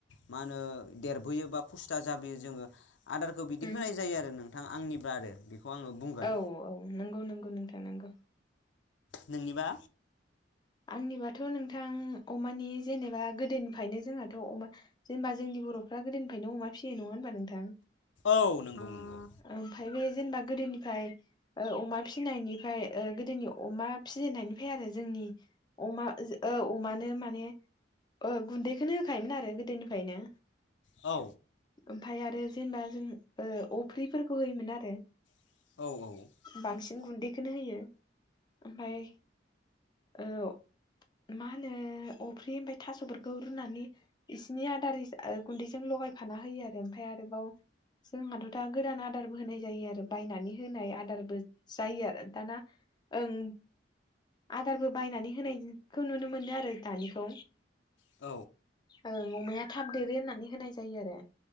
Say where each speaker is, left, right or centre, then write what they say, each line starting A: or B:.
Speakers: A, on the left; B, on the left.
A: मा होनो देरबोयो बा फुस्था जाबोयो जोङो आदारखौ बिदि
B: उम
A: होनाय जायो आरो नो थां आंनि बा आरो बेखौ आङो बुंगोन
B: औ औ नंगौ नंगौ नोंथां नंगौ
A: नोंनिबा
B: आंनिबाथ' नोंथां अमानि जेनेबा गोदोनिफ्रायनो जोंहाथ' अमा जेनेबा जोंनि बर'फ्रा गोदोनिफ्रायनो अमा फिसियो नङा होनबा नोंथां
A: औ नोंगौ नोंगौ
B: ओमफ्राय बे जेनेबा गोदोनिफाय ओ अमा फिसिनायनिफाय ओ गोदोनि अमा फिजेननायनिफाय आरो जोंनि अमा जो ओ अमानो माने ओ गुन्दैखौनो होखायोमोन आरो गोदोनिफायनो
A: औ
B: ओमफाय आरो जेनेबा जों ओ अफ्रिफोरखौ होयोमोन आरो
A: औ
B: बांसिन गुन्दैखौनो होयो ओमफ्राय औ मा होनो अफ्रि ओमफ्राय थास'फोरखौ रुनानै इसिनि आदार गुन्दैजों लगायफाना होयो आरो ओमफ्राय आरोबाव जोंहाथ' दा गोदान आदारबो होनाय जायो आरो बायनानै होनाय आदारबो जायो आरो दाना ओं आदारबो बायनानै होनायखौ नुनो मोनो आरो दानिखौ
A: औ
B: ओं अमाया थाब देरो होननानै होनाय जायो आरो